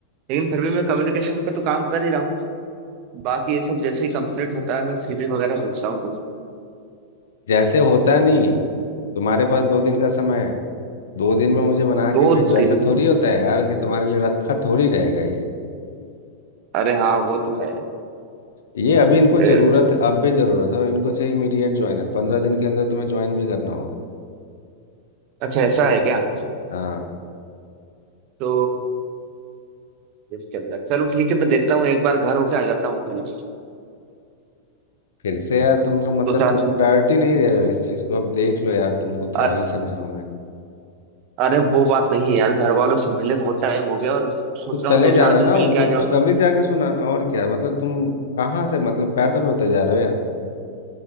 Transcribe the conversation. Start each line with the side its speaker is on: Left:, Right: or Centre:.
Right: लेकिन फिर भी मैं कम्युनिकेशन पे तो काम कर ही रहा हूँ बाकी ये सब जैसे ही कंप्लीट होता है मैं सीवी वगैरह भेजता हूँ तुम
Left: जैसे होता है नहीं तुम्हारे पास दो दिन का समय है दो दिन में मुझे बना के
Right: दो
Left: भेजो
Right: दिन
Left: ऐसा थोड़ी होता है यार कि तुम्हारे लिए रखा थोड़ी रहेगा ये
Right: अरे हाँ वो तो है
Left: ये अभी इनको
Right: ए,
Left: ज़रूरत है अब भी ज़रूरत है और इनको चाहिए इमीडिएट ज्वाइनर पंद्रह दिन के अंदर तुम्हें ज्वाइन भी करना होगा
Right: अच्छा ऐसा है क्या
Left: हाँ
Right: तो दिन के अंदर चलो ठीक है मैं देखता हूँ एक बार घर होके आ जाता हूँ पहले
Left: फिर से यार तुम लोग मतलब
Right: दो चार
Left: तुम्हें
Right: दिन
Left: प्रायोरिटी नहीं दे रहे हो इस चीज़ को अब देख लो यार तुमको क्या
Right: अर,
Left: ही समझाऊं मैं
Right: अरे वो बात नहीं है यार घर वालों से मिले बहुत टाइम हो गया और सोच
Left: तो
Right: रहा
Left: चले
Right: हूँ दो
Left: जाना
Right: चार दिन
Left: ना उनको
Right: मिल के आ जाऊंगा
Left: खुशखबरी
Right: तो
Left: जाके सुनाना और क्या मतलब तुम कहाँ से मतलब पैदल होते जा रहे हो यार तुम